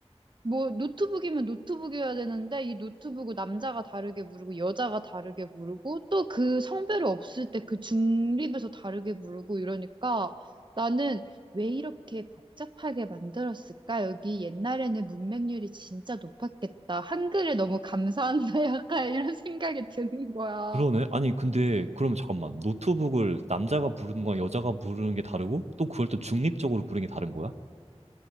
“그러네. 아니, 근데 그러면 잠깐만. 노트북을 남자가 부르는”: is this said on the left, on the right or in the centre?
Right